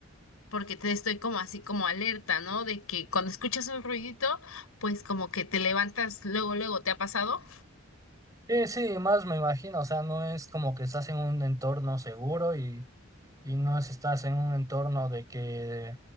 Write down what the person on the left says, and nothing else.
porque te estoy como así como alerta, ¿no? De que cuando escuchas un ruidito, pues como que te levantas luego, luego, ¿te ha pasado?